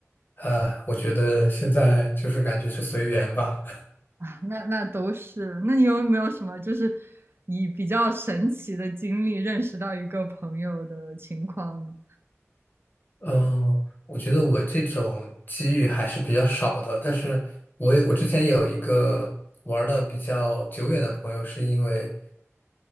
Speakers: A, on the left (about 40°); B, on the right (about 50°).
A: 啊、我觉得现在就是感觉是随缘吧。
B: 啊，那那都是。那你有没有什么就是以比较神奇的经历认识到一个朋友的情况呢？
A: 嗯，我觉得我这种机遇还是比较少的，但是我也我之前有一个玩的比较久远的朋友，是因为